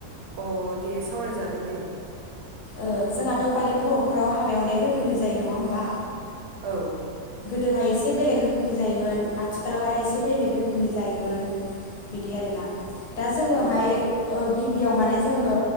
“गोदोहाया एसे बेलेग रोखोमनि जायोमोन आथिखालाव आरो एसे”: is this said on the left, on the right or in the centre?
Left